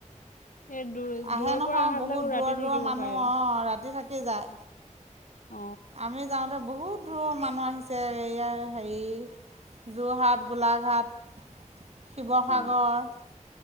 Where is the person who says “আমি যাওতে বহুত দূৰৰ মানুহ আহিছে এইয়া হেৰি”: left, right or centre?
Right